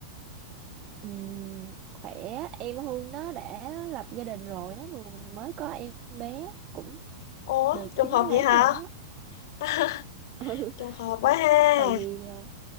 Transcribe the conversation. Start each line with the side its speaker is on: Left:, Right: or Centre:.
Right: Ừm, khỏe em Hương nó đã lập gia đình rồi nó vừa mới có em bé cũng
Left: Ủa
Right: được
Left: trùng
Right: 9
Left: hợp
Right: tháng
Left: vậy hả?
Right: rồi á
Left: <laughs>
Right: <laughs> ừ
Left: Trùng hợp quá ha.
Right: tại vì ờ,